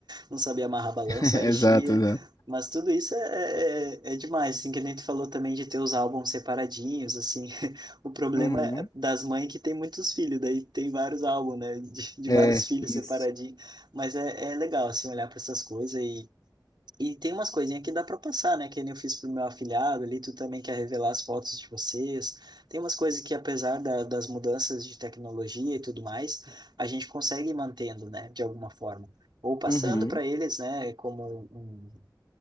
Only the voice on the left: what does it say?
<laughs> Exato,
exato.
Uhum.
É,
isso.
Uhum.